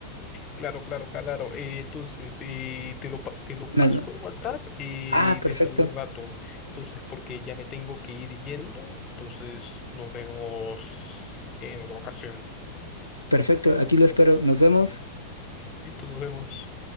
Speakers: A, on the left (about 30°); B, on the left (about 85°).
A: claro, claro, claro. Eh, entonces, eh, te lo, pa- te lo
B: Me
A: paso
B: lo-
A: por WhatsApp eh,
B: Ah, perfecto,
A: dentro de un rato. Entonces, porque ya me tengo que ir yendo. Entonces, nos vemos en otra ocasión.
B: perfecto, aquí lo espero. Nos vemos.
A: Listo, nos vemos.